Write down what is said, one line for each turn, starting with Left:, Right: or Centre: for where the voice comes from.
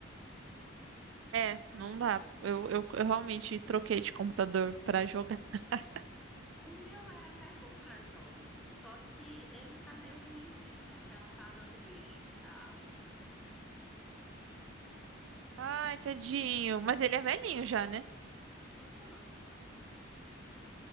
Right: É, não dá. Eu, eu, eu realmente troquei de computador pra jogar. <laughs>
Centre: O meu era até bom pra jogos, só que ele tá meio ruinzinho, a tela tá dando glitch e tal, enfim.
Right: Ai, tadinho. Mas ele é velhinho já, né?
Centre: Cinco anos.